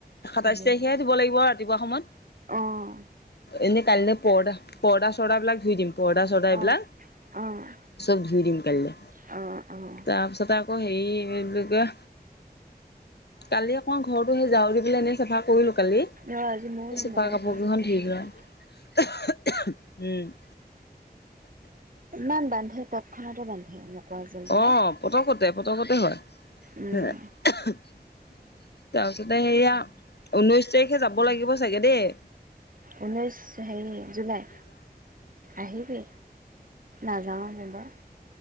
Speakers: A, on the left; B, on the right.
A: সাতাইশ
B: ধুলে
A: তাৰিখে
B: হ'ল।
A: দিব লাগিব ৰাতিপুৱা সময়ত
B: অ',
A: এনেই কাইলে পৰ্দা পৰ্দা চৰ্দা বিলাক ধুই দিম পৰ্দা চৰ্দা এইবিলাক
B: অ', অ'।
A: চব ধুই দিম কাইলে
B: অ', অ',
A: তাৰপিছত আকৌ হেৰি এই কি কয় কালি অকমান ঘৰতো সেই জাৰো দি পেলাই এনেই চাফা কৰিলো। কালি
B: ৰ আজি ময়ো সেই
A: চোপাৰ
B: মকৰা
A: কাপোৰ
B: জাল
A: কেইখন
B: চাব লাগিব
A: ধুই লোৱা
B: দিয়া।
A: উম
B: ইমান বান্ধে ট্ৎক্ষনাতে বান্ধে মকৰা জালবিলাক।
A: অ' পতকতে পতকতে হয়
B: উম,
A: হ <unintelligible> <unintelligible> তাৰপিছতে সেয়া ঊনৈশ তাৰিখে যাব লাগিব চাগে দেই-
B: ঊনৈছ সেই - জুলাই, আহিবি নাযাওঁ এবাৰ